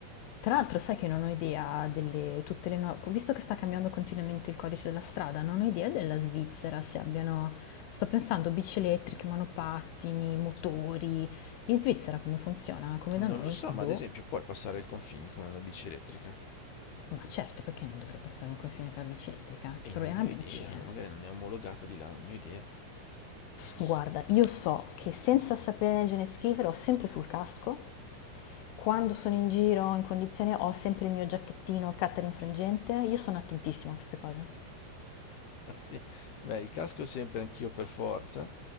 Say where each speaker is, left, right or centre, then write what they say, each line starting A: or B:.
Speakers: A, on the left; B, on the left.
A: Tra l'altro sai che non ho idea delle tutte le nuove, visto che sta cambiando continuamente il codice della strada, non ho idea della Svizzera se abbiano, sto pensando bici elettriche, monopattini, motori. In Svizzera come funziona? Come
B: Non
A: da noi?
B: lo so,
A: Boh.
B: ma ad esempio puoi passare il confine con una bici elettrica.
A: Ma certo, perché non dovrei passare un confine con la bici elettrica?
B: E
A: Che problema
B: non ne
A: bici
B: ho idea,
A: è?
B: magari non è omologata di là, non ne ho idea. <laughs>
A: Guarda, io so che senza sapere leggere e scrivere ho sempre sul casco, quando sono in giro in condizione ho sempre il mio giacchettino Catering frangente, io sono attentissima a queste cose.
B: Sì, beh, il casco sempre anch'io per forza,